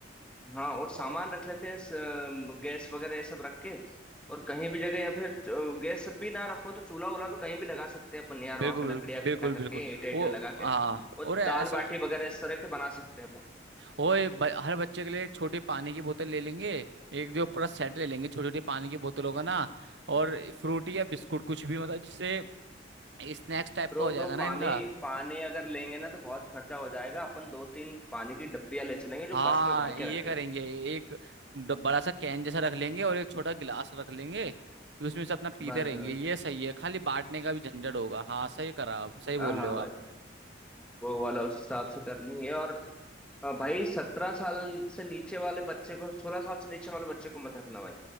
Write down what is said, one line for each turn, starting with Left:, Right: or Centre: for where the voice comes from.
Centre: हाँ और सामान
Right: और-
Centre: रख लेते हैं स- अम, गैस वगैरह ये सब रख के और कहीं भी जगह या फिर अ, गैस भी ना रखो तो चूल्हा वूल्हा तो कहीं भी लगा सकते हैं अपन यार
Right: बिल्कुल
Centre: वहां पे लकड़ियां इकट्ठा
Right: बिल्कुल
Centre: करके
Right: बिल्कुल
Centre: ईंटे ईंटे
Right: वो
Centre: लगा
Right: हाँ
Centre: के और
Right: और ऐसा
Centre: दाल बाटी वगैरह इस तरह के बना सकते हैं अपन
Right: ओए ब, हर बच्चे के लिए एक छोटी पानी की बोतल ले लेंगे एक जो पूरा सेट ले लेंगे छोटी छोटी पानी की बोतलों का ना और फ्रूटी या बिस्कुट कुछ भी मतलब जिससे स्नैक्स टाइप
Centre: ब्रो
Right: का हो जाएगा
Centre: ब्रो
Right: ना
Centre: पानी
Right: इनका
Centre: पानी अगर लेंगे ना तो बहुत खर्चा हो जाएगा अपन दो तीन पानी की डब्बियां ले चलेंगे जो
Right: हाँ
Centre: बस में भर
Right: ये
Centre: के रखेंगे
Right: करेंगे एक ड- बड़ा सा कैन जैसा रख लेंगे और एक छोटा गिलास रख लेंगे उसमें से अपना पीते
Centre: बस
Right: रहेंगे
Centre: बस
Right: ये सही है खाली बांटने का भी झंझट होगा हाँ सही करा आप सही बोल
Centre: हाँ हाँ
Right: रहे हो
Centre: भाई
Right: आप
Centre: वो वाला उस हिसाब से कर लेंगे और हाँ भाई सत्रह साल से नीचे वाले बच्चे को सोलह साल से नीचे वाले बच्चे को मत रखना भाई